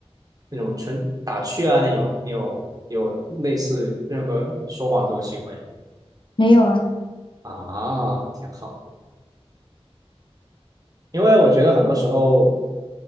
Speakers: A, on the right; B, on the left.
A: 那种纯打趣啊那种，你有有类似任何说谎这种行为
B: 没有啊，
A: 啊，挺好的。因为我觉得很多时候